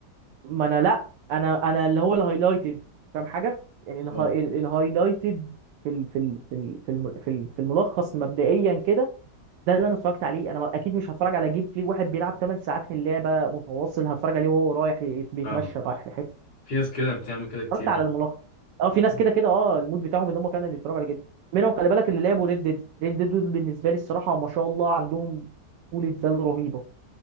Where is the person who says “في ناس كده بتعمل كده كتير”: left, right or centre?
Left